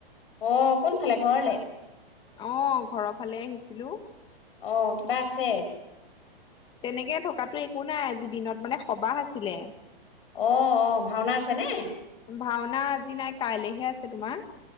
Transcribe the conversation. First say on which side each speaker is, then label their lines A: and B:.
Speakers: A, on the left; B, on the left.
A: অ কোনফালে ঘৰলে।
B: অ ঘৰৰ ফালে আহিছিলোঁ।
A: অ কিবা আছে।
B: তেনেকে থকাতো একো নাই আজি দিনত মানে সভা আছিলে।
A: অ অ ভাওঁনা আছে নে।
B: ভাওঁনা আজি নাই কাইলৈহে আছে তোমাৰ।